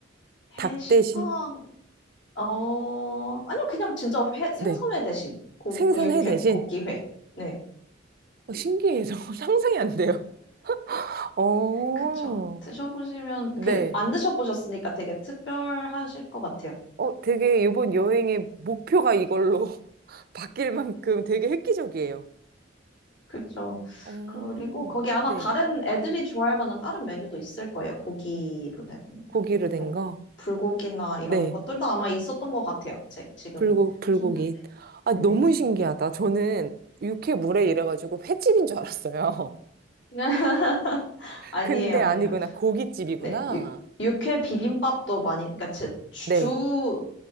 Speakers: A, on the right; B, on the left.
A: 닭
B: 해신탕,
A: 대신?
B: 어, 아니요, 그냥 진짜 회, 생선회
A: 네.
B: 대신 고,
A: 생선회
B: 그 육회,
A: 대신?
B: 고기회. 네,
A: 어, 신기해서 <laughs> 상상이 안 돼요. 어,
B: 그쵸. 드셔보시면,
A: 네.
B: 그렇게 안 드셔보셨으니까 되게 특별하실 것 같아요.
A: 어, 되게 이번 여행의 목표가 이걸로 <laughs> 바뀔 만큼 되게 획기적이에요.
B: 그쵸.
A: 어,
B: 그리고 거기 아마
A: 네.
B: 다른 애들이 좋아할 만한 다른 메뉴도 있을 거예요. 고기로 된,
A: 고기로
B: 그,
A: 된
B: 뭐,
A: 거?
B: 불고기나 이런
A: 네.
B: 것들도 아마 있었던 것 같아요. 제, 지금
A: 불고, 불고기.
B: 힘,
A: 아,
B: 네.
A: 너무 신기하다. 저는 육회 물회 이래가지고 횟집인 줄 알았어요. <laughs>
B: <laughs> 아니에요,
A: 근데
B: 아니에요.
A: 아니구나. 고깃집이구나.
B: 네, 육, 육회 비빔밥도 많이, 그러니까 제 주
A: 네.